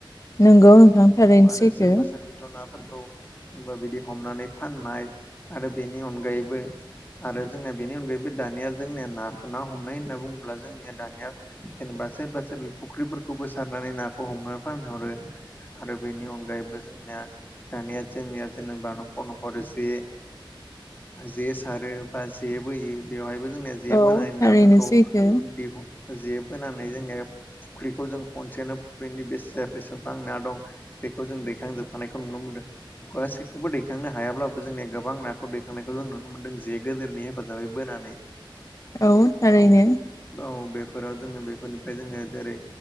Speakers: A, on the left; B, on the left.
A: नंगौ नोंथां थारैनो
B: औ आरो
A: सैथो
B: सोरबा सोरबि थ नाफोरखौबा बिदि हमनानै फाननाय आरो बेनि अनगायैबो आरो जोंना बेनि अनगायैबो दानिया जोंनिया नाखौ ना हमनाय होनना बुङोब्ला जोंनिया दानिया जेनेबा सोरबा सोरबि फुख्रिफोरखौबो सारनानै नाखौ हमना फानहरो आरो बेनि अनगायैबो जोंनिया दानिया जोंनिया जेनेबा नखर - नखर जे जे सारो बा जे बोयो बेवहायबो जोंनिया जे
A: औ
B: बोनानै नाफोरखौ
A: थारैनो सैथो
B: जे बोनानै नाफोरखौ दिहुन जेबोनानै जोङो फुख्रिखौ जों खनसेनो फुख्रिनि बेसे बेसेबां ना दं बेखौ जों दैखांजोब हानायखौ नुनो मोन्दों गासैखौबो दैखांनो हायाब्लाबो जोंनिया गोबां नाखौ दैखांनायखौ जों नुनो मोनदों जे गोदेरनि हेफाजाबै बोनानै <inaudible>
A: औ थारैनो
B: औ औ बेफोराव जोङो बेफोरनिफ्राय जोङो जेरै